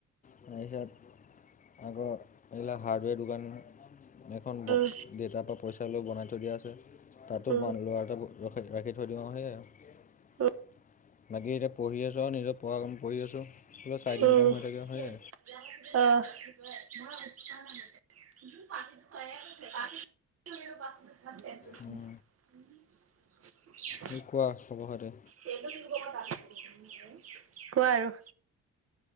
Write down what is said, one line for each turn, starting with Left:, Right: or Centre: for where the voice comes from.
Left: তাৰপিছত আকৌ এইবিলাক হাৰডবেৰ দোকান এখন
Right: উম,
Left: দেতাৰ পৰা পইচা লৈ বনাই থৈ দিয়া আছে তাতো
Right: উম,
Left: ল'ৰা এটা ৰাখি থৈ দিওঁ আৰু সেয়াই আৰু
Right: উম,
Left: বাকী এতিয়া পঢ়ি আছোঁ আৰু নিজৰ পঢ়া কাম পঢ়ি আছোঁ। অলপ চাইদ
Right: উম,
Left: ইনকাম হৈ থাকে হয়নে?
Right: অ', <unintelligible>
Left: উম।
Right: <inaudible>
Left: কি কোৱা খবৰ খাটি?
Right: <unintelligible> কোৱা আৰু।